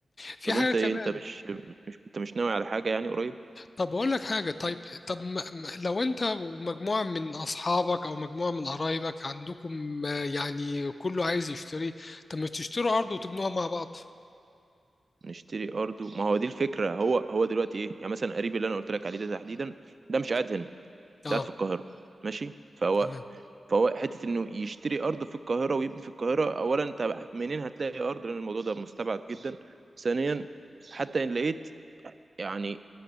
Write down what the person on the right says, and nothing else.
طب
انت
ايه انت مش مش انت مش ناوي على حاجة يعني قريب
نشتري ارض و- ما هو دي الفكرة هو هو دلوقتي ايه يعني مثلا قريبي اللي انا قلت لك عليه ده تحديدا ده مش قاعد هنا ده
قاعد في القاهرة ماشي فهو
فهو حتة انه يشتري ارض في القاهرة ويبني في القاهرة اولا انت منين هتلاقي ارض لان الموضوع ده مستبعد جدا ثانيا حتى ان لقيت يعني